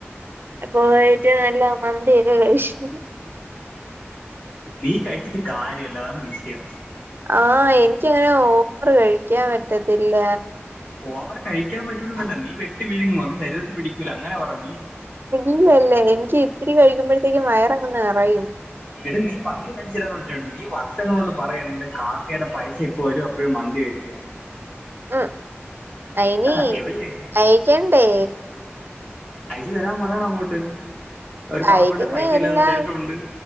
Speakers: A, on the right; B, on the left.
A: പോയിട്ട് നല്ല മന്തിയക്കെകഴിച്ച്
B: നീ കഴ്ച്ചിട്ട് കാര്യല്ല അതാണ് വിഷയം
A: ആഹ്‌ എനിക്കങ്ങനെ ഓവറ് കഴിക്കാൻപറ്റത്തില്ല
B: ഓവറ് കഴിക്കാൻ പറ്റൂലാന്നല്ല നീ വെട്ടി വീഴുങ്ങും അത് ശരീരത്ത് പിടിക്കൂല അങ്ങനെ പറ നീ
A: ഇല്ലല്ലേ എനിക്ക് ഇത്തിരി കഴിക്കുമ്പോഴ്ത്തേക്ക് വയറങ്ങ് നറയും
B: എട്ട് നീ മന്തി മേടിച്ചരാൻ പറ നീ വർഷങ്ങളോട്ട പറയണ എന്റെ കാക്കയുടെ പൈസ ഇപ്പ വര അപ്പോഴും മന്തി മേടിക്കയാണ്
A: ആഹ് അയിനി
B: ആ എവിടെ
A: അയ്ക്കണ്ടേ
B: അയ്ച്ച്തരാൻ പറയണംഅങ്ങോട്ട് ഒരു പാവപ്പെട്ട
A: അയക്കുന്ന
B: പൈസല്ലാത്ത
A: എല്ലാം
B: ചേട്ടൊണ്ട്